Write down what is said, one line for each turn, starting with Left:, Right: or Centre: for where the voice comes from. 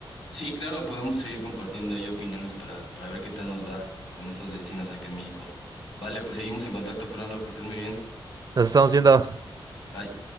Left: Sí, claro, podemos seguir compartiendo ahí opiniones para, para ver qué tal nos va con esos destinos acá en México. Vale, pues seguimos en contacto, Fernando, que estés muy bien.
Right: Nos estamos viendo.
Left: Bye.